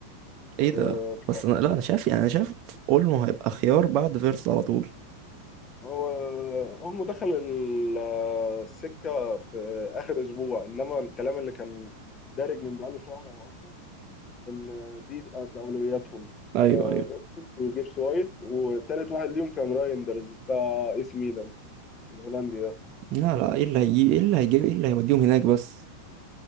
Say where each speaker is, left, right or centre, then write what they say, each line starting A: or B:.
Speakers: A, on the right; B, on the left.
A: ايه ده
B: آه،
A: بس
B: ف-
A: انا لا انا شايف يعني انا شايف اولمو هيبقى خيار بعد فيرس على طول
B: هو اولمو دخل ال- السكه في اخر اسبوع انما الكلام اللي كان دارج من بقاله شهر او اكتر ان دي كانت اولوياتهم
A: ايوه
B: آه،
A: ايوه
B: فيرتز وجيبس وايت وتالت واحد ليهم كان رايندرز بتاع اي سي ميلان الهولندي ده
A: لا لا ايه اللي هيجي ايه اللي هيجي ايه اللي هيوديهم هناك بس